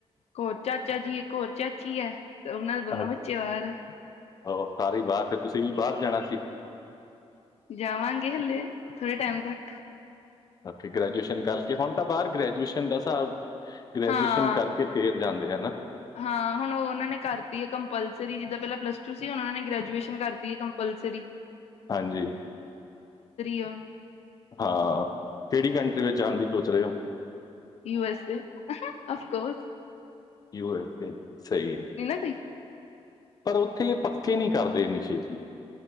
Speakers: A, on the left; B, on the left.
A: ਹੋਰ ਚਾਚਾ ਜੀ ਇੱਕ ਹੋਰ ਚਾਚੀ ਆ। ਉਹਨਾਂ ਦੇ ਦੋਨੋ
B: ਅੱਛਾ,
A: ਬੱਚੇ ਬਾਹਰ।
B: ਉਹ ਸਾਰੇ ਬਾਹਰ ਫਿਰ ਤੁਸੀਂ ਵੀ ਬਾਹਰ ਜਾਣਾ ਸੀ।
A: ਜਾਵਾਂਗੇ ਹਲੇ ਥੋੜੇ ਟਾਈਮ ਤੱਕ
B: ਅੱਗੇ ਗ੍ਰੈਜੂਏਸ਼ਨ ਕਰਕੇ ਹੁਣ ਤਾਂ ਬਾਹਰ ਗ੍ਰੈਜੂਏਸ਼ਨ ਦਾ ਹਿਸਾਬ ਗ੍ਰੈਜੂਏਸ਼ਨ
A: ਹਾਂ
B: ਕਰਕੇ ਫੇਰ ਜਾਂਦੇ ਹੈਨਾ
A: ਹਾਂ ਹੁਣ ਉਹਨਾਂ ਨੇ ਕਰਤੀ ਹੈ ਕੰਪਲਸਰੀ ਜਿੱਦਾਂ ਪਹਿਲਾਂ ਪਲੱਸ ਟੂ ਸੀ ਹੁਣ ਉਹਨਾਂ ਨੇ ਗ੍ਰੈਜੂਏਸ਼ਨ ਕਰਤੀ ਹੈ। ਪਲਸਰੀ
B: ਹਾਂਜੀ
A: ਆ ਹੁਣ
B: ਹਾਂ ਕਿਹੜੀ ਕੰ ਵਿੱਚ ਜਾਣ ਦੀ ਸੋਚ ਰਹੇ ਹੋ।
A: U S A of course
B: U S A ਸਹੀ ਹੈ।
A: ਕੋਈ
B: ਪਰ ਉੱਥੇ ਇਹ ਪੱਕੇ ਨਹੀਂ ਕਰਦੇ ਇੰਨੀ ਛੇਤੀ